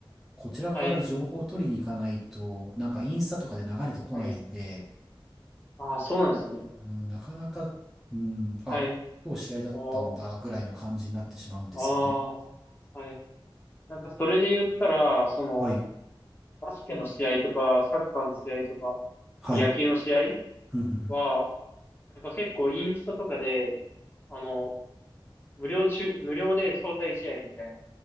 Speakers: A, in the centre; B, on the left.
A: こちらから情報を取りに行かないと、
B: はい、
A: なんかインスタとかで流れてこないんで、
B: はい。ああ、そうなんですね。
A: うんなかなか、うん、あ、
B: はい。
A: 今日試合だったんだぐらいな感じになってしまうんですよね。
B: おー、ああ、はい。なんかそれで言ったら、その、
A: はい、
B: バスケの試合とか、サッカーの試合とか、
A: はい。
B: 野球の試合
A: うんうんうん
B: は、なんか結構インスタとかで、あの、無料中、無料で招待試合みたいな